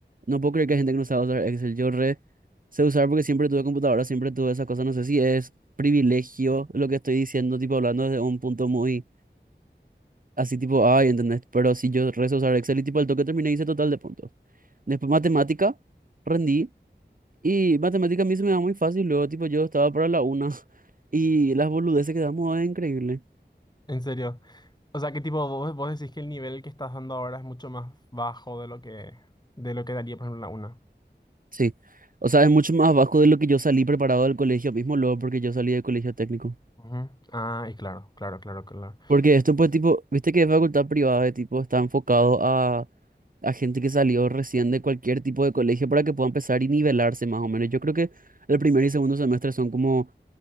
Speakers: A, on the right; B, on the left.
A: no puedo creer que hay gente que no sabe usar Excel. Yo re sé usar porque siempre tuve computadora, siempre tuve esas cosas. No sé si es privilegio lo que estoy diciendo, tipo hablando desde un punto muy así, tipo, ay, ¿entendés? Pero si yo re sé usar Excel y tipo al toque terminé hice total de puntos. Después matemática, rendí. Y matemática a mí se me da muy fácil. Luego, tipo, yo estaba para la una. <laughs> Y las boludeces que damos es increíble.
B: En serio. O sea, ¿qué tipo vos, vos decís que el nivel que estás dando ahora es mucho más bajo de lo que de lo que daría, por ejemplo, la una.
A: Sí. O sea, es mucho más bajo de lo que yo salí preparado del colegio mismo, luego, porque yo salí del colegio técnico.
B: Ujú. Ah, y claro, claro, claro, claro.
A: Porque esto, pues, tipo, viste que es facultad privada, de tipo, está enfocado a, a gente que salió recién de cualquier tipo de colegio para que pueda empezar y nivelarse más o menos. Yo creo que el primer y segundo semestre son como